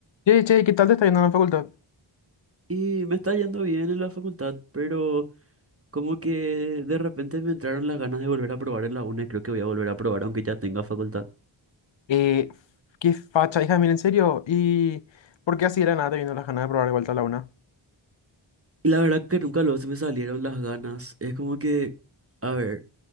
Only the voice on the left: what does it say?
Che, che, ¿qué tal te está yendo en la facultad?
Eh, qué facha, hija, mira, en serio. ¿Y por qué así era nada te vino las ganas de probar de vuelta a la una?